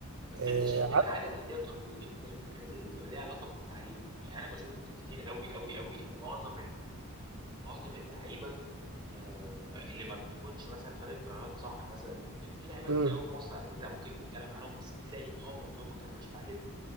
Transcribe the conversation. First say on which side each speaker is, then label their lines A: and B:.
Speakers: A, on the right (about 20°); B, on the right (about 60°).
A: بس
B: آه،
A: انت شايف
B: ع-
A: ان حاجه زي دي تروق يعني انت شايف ان حاجه زي دي بتبقى ليها علاقه بالتعليم يعني انا بشوف كتير قوي قوي قوي ان معظم ال- معظم اللعيبه آه اللي ما بتكونش مثلا خدت قرارات صح مثلا في لعيبه
B: مم،
A: كتير قوي في مصر على فكره ممكن نتكلم عنهم بس بتلاقي ان هم معظمهم ما كملوش تعليمهم